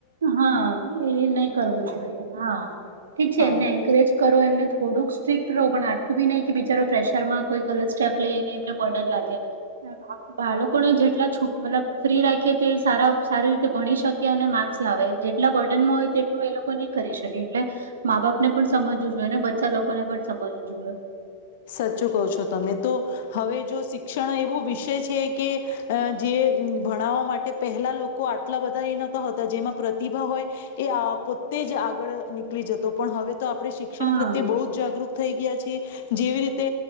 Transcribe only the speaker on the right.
હા એ નહી કરવું જોઈએ હા, ઠીક છે
એમને એન્કરેજ કરો એમને થોડુંક સ્ટ્રીક્ટ ો પણ આટલું બી નહી કે બિચારો પ્રેશર માં કોઈ ગલત સ્ટેપ લઈને એમને બર્ડન લાગ્યા, બાળકોને જેટલા છૂટ મતલબ ફ્રી રાખીએ તે સાર સારી રીતે ભણી શકી અને લાવે જેટલા બર્ટનમાં હોય તેટલું એ લોકો નહી કરી શકે એટલે, મા બાપ ને પણ સમજવું જોઈએ ને બચ્ચા લોકોને પણ સમજવું જોએ.
હા